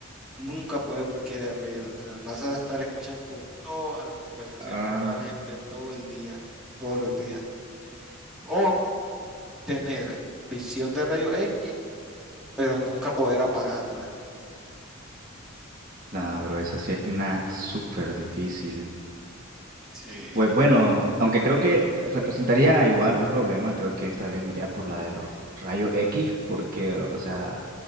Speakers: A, in the centre; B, on the right.
A: Nunca puedes bloquear el ruido. O sea, vas a estar escuchando todas las conversaciones
B: Ah.
A: de toda la gente todo el día, todos los días. O tener visión de rayos X, pero nunca poder apagarla.
B: Nada, bro, esa sí es una súper difícil.
A: Sí, es
B: Pues bueno,
A: bastante
B: aunque
A: complicada.
B: creo que representaría igual un problema, creo que esta vez me iría por la de los rayos X, porque, o sea,